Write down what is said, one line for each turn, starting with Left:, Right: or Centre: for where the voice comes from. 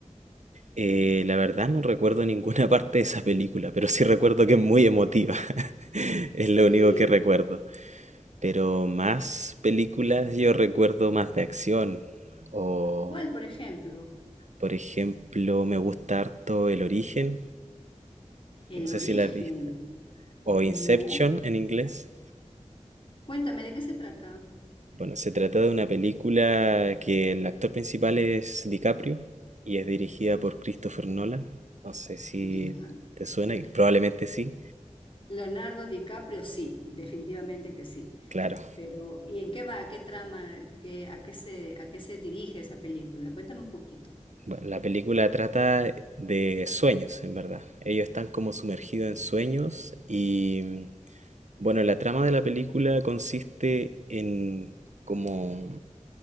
Right: Eh, la verdad no recuerdo ninguna <laughs> parte de esa película, pero sí recuerdo que es muy emotiva. <laughs> Es lo
Left: Sí,
Right: único que recuerdo. Pero más películas yo recuerdo más de acción. O,
Left: ¿cuál, por ejemplo?
Right: por ejemplo, me gusta harto El Origen.
Left: El
Right: No
Left: origen,
Right: sé si la has visto. o
Left: ¿no?
Right: Inception en inglés.
Left: Cuéntame, ¿de qué se trata?
Right: Bueno, se trata de una película que el actor principal es DiCaprio y es dirigida por Christopher Nolan. No sé si
Left: Ya.
Right: te suena, y probablemente sí,
Left: Leonardo DiCaprio, sí, definitivamente que sí.
Right: claro.
Left: Pero, ¿y en qué va? ¿Qué trama? ¿Qué, a qué se, a qué se dirige esa película? Cuéntame un poquito.
Right: Bueno, la película trata de sueños, en verdad. Ellos están como sumergidos en sueños y bueno, la trama de la película consiste en como